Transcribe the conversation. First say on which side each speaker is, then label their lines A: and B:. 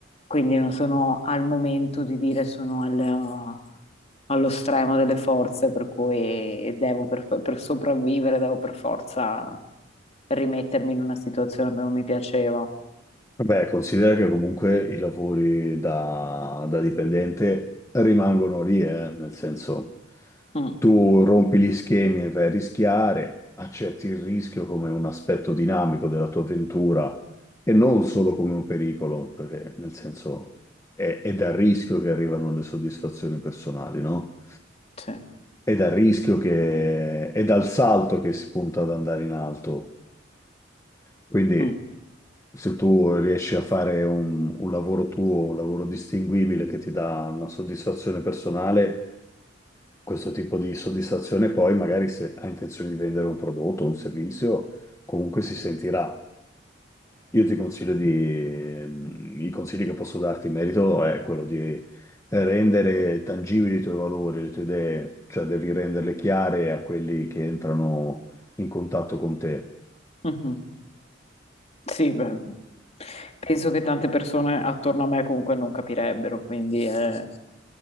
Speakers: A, on the left; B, on the left.
A: quindi non sono al momento di dire sono al- allo stremo delle forze, per cui devo per, per sopravvivere, devo per forza rimettermi in una situazione che non mi piaceva.
B: Beh, considera che comunque i lavori da, da dipendente rimangono lì, eh, nel senso
A: Mm,
B: tu rompi gli schemi e vai a rischiare, accetti il rischio come un aspetto dinamico della tua avventura e non solo come un pericolo, perché nel senso è, è dal rischio che arrivano le soddisfazioni personali, no?
A: sì.
B: È dal rischio che, è dal salto che si punta ad andare in alto. Quindi
A: Mm.
B: se tu riesci a fare un, un lavoro tuo, un lavoro distinguibile che ti dà una soddisfazione personale, questo tipo di soddisfazione poi magari se hai intenzione di vendere un prodotto o un servizio, comunque si sentirà. Io ti consiglio di, i consigli che posso darti in merito è quello di eh, rendere tangibili i tuoi valori, le tue idee, cioè devi renderle chiare a quelli che entrano in contatto con te.
A: Mhm. Sì, beh, penso che tante persone attorno a me comunque non capirebbero, quindi eh,